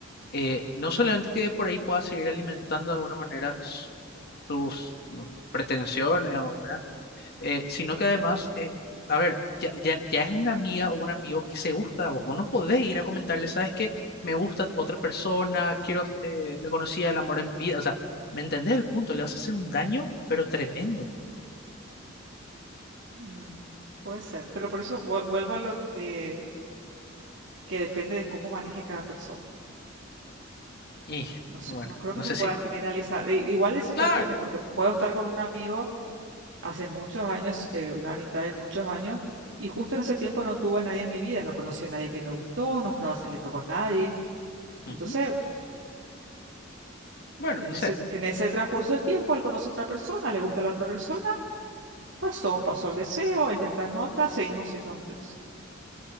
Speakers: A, on the left; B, on the right.
A: eh, no solamente que por ahí puedas seguir alimentando de alguna manera s- tus no, pretensiones o, ¿verdad? eh, sino que además, eh, a ver, ya, ya, ya es una amiga o un amigo que se gusta, vos, vos no podés ir a comentarle, sabes que me gusta otra persona, quiero, eh, le conocía el amor de mi vida, o sea, ¿me entendés el punto? Le vas a hacer un daño, pero tremendo.
B: Mm, puede ser, pero por eso vu- vuelvo a lo de que depende de cómo maneje cada persona.
A: Y
B: No
A: bueno,
B: sé, no creo
A: no
B: que se
A: sé
B: pueda
A: si,
B: generalizar. I- igual de situaciones,
A: claro,
B: porque puedo estar con un amigo hace muchos años, eh, una amistad de muchos años, y justo en ese tiempo no tuve a nadie en mi vida, no conocí a nadie que me gustó, no estaba saliendo con nadie.
A: ujú,
B: Entonces,
A: Bueno,
B: en
A: no sé,
B: ese, en ese transcurso del tiempo, él conoce a otra persona, le gusta a la otra persona, pasó, pasó el deseo, él ya está en otra, seguimos siendo amigos.